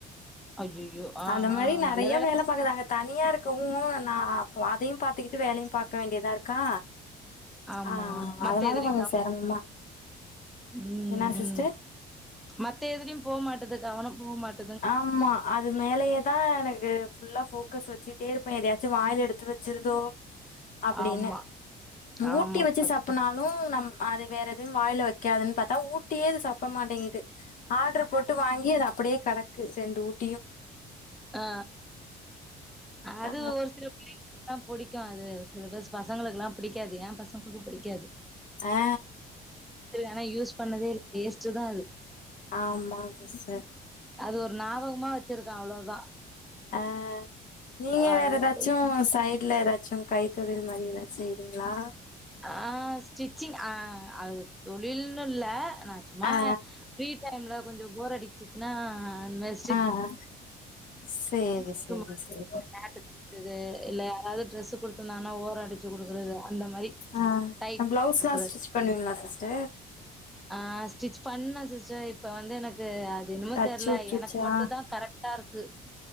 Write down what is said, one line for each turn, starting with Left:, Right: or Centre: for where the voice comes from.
Centre: ஐய்யய்யோ ஆ
Left: அந்த மாரி
Centre: ஆ
Left: நெறைய
Centre: நல்ல
Left: வேல பாக்குதாங்க தனியா இருக்கவு நா அப்ப அதையு பாத்துகிட்டு வேலையு பாக்க வேண்டியதா இருக்கா
Centre: ஆமா
Left: ஆ
Centre: மத்த
Left: அதனால
Centre: எதுலயு
Left: கொஞ்சோ
Centre: கவ
Left: செரமமா
Centre: ம்
Left: என்னா
Centre: ம்
Left: சிஸ்டர்
Centre: மத்த எதுலியு போமாட்டுது கவனம் போமாட்
Left: ஆம்மா அது மேலேயே தா எனக்கு ஃபுல்லா போக்கஸ் வச்சிட்டே இருப்ப எதையாச்சு வாய்ல எடுத்து வச்சிருதோ அப்டின்னு
Centre: ஆமா
Left: மூட்டி
Centre: ஆமா
Left: வச்சி
Centre: கரெக்ட்
Left: சப்புனாலு
Centre: தா
Left: ம் நம் அது வேற எதையு வாயில வைக்காதுன் பாத்தா ஊட்டியே இது சப்ப மாட்டேங்கிது ஆர்டர் போட்டு வாங்கி அது அப்படியே கடக்கு ரெண்டு ஊட்
Centre: ஆ அது
Left: ஆ
Centre: ஒரு சில புல்லிங் அ புடிக்கு அது சிலபஸ் பசங்களுக்குல்லா பிடிக்காது என் பசங்களுக்கு பிடிக்காது <inaudible>
Left: ஆ
Centre: ஆனா யூஸ் பண்ணதே இல்ல வேஸ்ட்டு தா அது
Left: ஆம்மா சிஸ்
Centre: அது ஒரு ஞாபகமா வச்சிருக்க அவ்ளோதா
Left: ஆ நீங்க
Centre: அவ்ளோதா
Left: வேற ஏதாச்சு
Centre: போய்
Left: சை ட்ல ஏதாச்சு கைத்தொழில் மாரி ஏதாச் செய்ரீங்ளா
Centre: ஆ ஸ்டிச்சிங் ஆ அது தொழில்ன்னு இல்ல நா சும்மா
Left: ஆ
Centre: ஃப்ரீ டைம்ல கொஞ்சோ போர் அடிச்சுச்சுன்னா அந்தமெரி
Left: அ ஆ சேரி சேரி
Centre: ஆத்து மண்ல
Left: சேரி
Centre: <inaudible> கிட்டது இல்ல யாராவ்து ட்ரெஸ்ஸு குடுத்துர்ந்தாங்னா ஓரோ அடிச்சு குடுக்குறது அந்த மாரி
Left: ஆ
Centre: டைட் பண்ணி
Left: பிளவுஸ்
Centre: குடுக்குறது
Left: லா ஸ்டிச் பண்ணுவீங்ளா சிஸ்டர்?
Centre: ஆ ஸ்டிச் பண்ண சிஸ்டர் இப் ப வந்து எனக்கு அது என்னமோ
Left: தச்சு
Centre: தெர்ல
Left: உட்ருச்சா
Centre: எனக்கு மட்டுதா கரெக்ட்டா இருக்கு